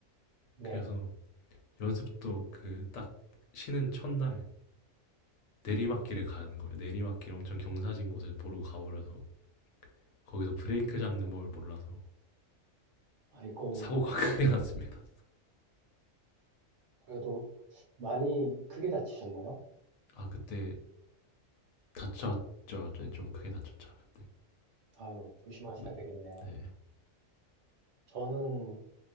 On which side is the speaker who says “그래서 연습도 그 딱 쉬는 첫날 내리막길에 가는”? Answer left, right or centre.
Left